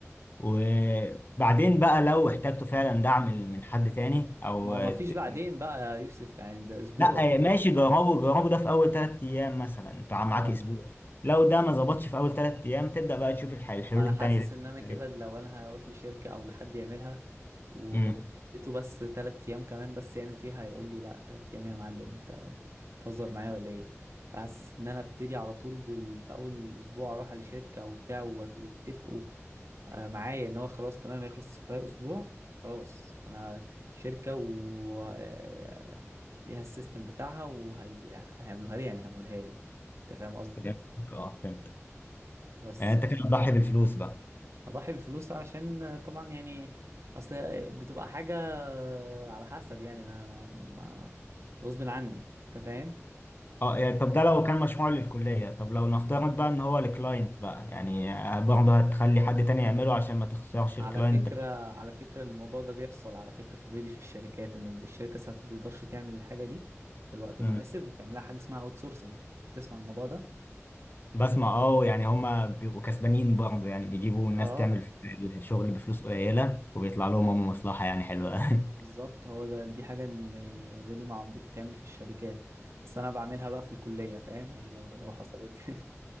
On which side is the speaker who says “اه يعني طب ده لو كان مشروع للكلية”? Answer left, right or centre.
Left